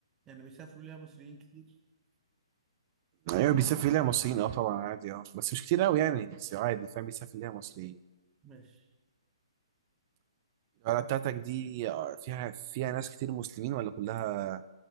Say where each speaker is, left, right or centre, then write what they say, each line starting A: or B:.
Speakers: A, on the right; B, on the right.
A: يعني بيسافروا ليها مصريين كتير
B: ايوه بيسافر ليها مصريين اه طبعا عادي اه بس مش كتير قوي يعني بس عادي فاهم بيسافر ليها مصريين
A: ماشي
B: القلعه بتاعتك دي آه، فيها فيها ناس كتير مسلمين ولا كلها